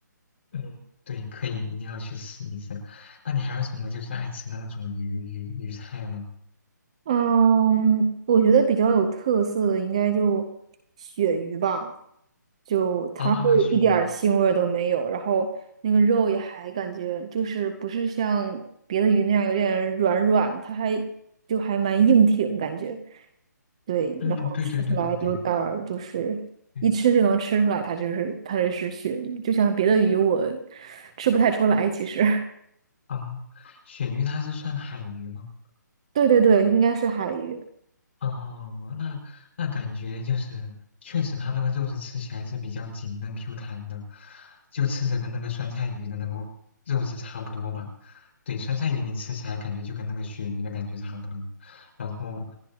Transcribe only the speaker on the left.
嗯，对，可以一定要去试一试。那你还有什么就是爱吃的那种鱼鱼鱼菜吗？
啊，鳕鱼，
嗯，
对对对对对对，
啊，鳕鱼它是算海鱼吗？
哦，那那感觉就是，确实它那个肉质吃起来是比较紧嫩 Q 弹的，就吃着跟那个酸菜鱼的那个肉质差不多吧。对，酸菜鱼你吃起来感觉就跟那个鳕鱼的感觉差不多，然后